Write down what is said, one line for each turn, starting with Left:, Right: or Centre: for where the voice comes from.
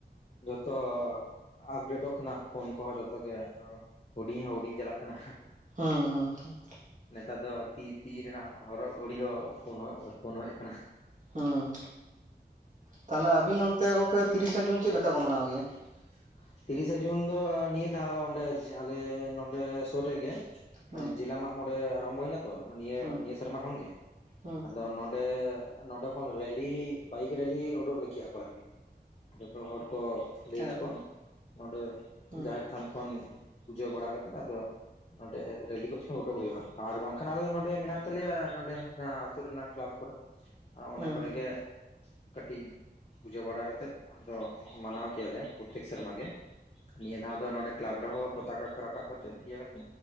Left: ᱡᱚᱛᱚ ᱟᱯᱰᱮᱴᱚᱜ ᱠᱟᱱᱟ ᱯᱷᱳᱱ ᱠᱚᱦᱚᱸ ᱡᱚᱛᱚ ᱜᱮ, ᱦᱩᱰᱤᱧ ᱦᱚᱸ ᱦᱩᱰᱤᱧ ᱪᱟᱞᱟᱜ ᱠᱟᱱᱟ᱾
Right: ᱦᱩᱸ ᱦᱮᱸ ᱦᱮᱸ
Left: ᱱᱮᱛᱟᱨ ᱫᱚ ᱛᱤ ᱛᱤ ᱨᱮᱱᱟᱜ ᱦᱚᱨᱚᱜ ᱜᱷᱲᱤ ᱦᱚᱸ ᱯᱷᱳᱱ ᱯᱷᱳᱱ ᱦᱚᱭᱚᱜ ᱟᱠᱟᱱᱟ
Right: ᱦᱩᱸ ᱛᱟᱦᱚᱞᱮ ᱟᱵᱤᱱ ᱚᱱᱛᱮ ᱜᱚᱝᱠᱮ ᱛᱤᱨᱤᱥᱟ ᱡᱩᱱ ᱪᱮᱫ ᱞᱮᱠᱟ ᱠᱚ ᱢᱟᱱᱟᱣ ᱜᱮᱭᱟ?
Left: <unintelligible> ᱛᱤᱨᱤᱥᱟ ᱡᱩᱱ ᱫᱚ ᱱᱤᱭᱟᱹ ᱫᱷᱟᱣ ᱟᱞᱮ ᱱᱚᱰᱮ ᱥᱩᱨ ᱨᱮᱜᱮ
Right: ᱦᱩᱸ
Left: ᱡᱮᱞᱟ ᱢᱟᱜ ᱢᱚᱬᱮ ᱟᱨᱟᱢᱵᱷᱚ ᱭᱮᱱᱟ ᱛᱚ ᱱᱤᱭᱟᱹ
Right: ᱦᱩᱸ
Left: ᱱᱤᱭᱟᱹ ᱥᱮᱨᱢᱟ ᱠᱷᱚᱱᱜᱮ
Right: ᱦᱩᱸ
Left: ᱟᱫᱚ ᱱᱚᱰᱮ ᱱᱚᱰᱮ ᱠᱷᱚᱱ ᱨᱮᱞᱤ ᱵᱟᱭᱤᱠ ᱨᱮᱞᱤ ᱩᱰᱩᱠ ᱞᱟᱹᱜᱤᱫ ᱟᱠᱚ ᱟᱨᱠᱤ ᱡᱚᱛᱚ ᱦᱚᱲ ᱠᱚ ᱞᱟᱹᱭ
Right: ᱟᱪᱪᱷᱟ
Left: ᱫᱟᱠᱚ ᱱᱚᱰᱮ
Right: ᱦᱩᱸ
Left: ᱡᱟᱦᱮᱨ ᱛᱷᱟᱱ ᱠᱷᱚᱱ ᱯᱩᱡᱟᱹ ᱵᱟᱲᱟ ᱠᱟᱛᱮᱫ ᱟᱫᱚ ᱱᱚᱸᱰᱮ ᱨᱮᱞᱤ ᱠᱚᱪ ᱩᱰᱩᱠ ᱦᱩᱭᱩᱜᱼᱟ ᱟᱨ ᱵᱟᱝᱠᱷᱟᱱ ᱟᱞᱮ ᱱᱚᱰᱮ ᱢᱮᱱᱟᱜ ᱛᱟᱞᱮᱭᱟ ᱱᱚᱰᱮ ᱡᱟᱦᱟᱸ ᱟᱹᱛᱩ ᱨᱮᱱᱟᱜ ᱠᱞᱟᱵᱽ ᱠᱚᱨᱮ, ᱚᱱᱟ
Right: ᱦᱩᱸ
Left: ᱠᱚᱨᱮ
Right: ᱦᱩᱸ
Left: ᱜᱮ ᱠᱟᱹᱴᱤᱡ ᱯᱩᱡᱟᱹ ᱵᱟᱲᱟ ᱠᱟᱛᱮ ᱟᱫᱚ ᱢᱟᱱᱟᱣ ᱠᱮᱭᱟᱞᱮ ᱯᱨᱚᱛᱛᱮᱠ ᱥᱮᱨᱢᱟ ᱜᱮ ᱱᱤᱭᱟᱹ ᱫᱷᱟᱣ ᱫᱚ ᱱᱚᱰᱮ ᱠᱮᱞᱟᱵᱽ ᱨᱮᱦᱚᱸ ᱯᱚᱛᱟᱠᱟ ᱠᱚ ᱨᱟᱠᱟᱵ ᱠᱟᱛᱮ ᱤᱭᱟᱹ ᱠᱟᱛᱮ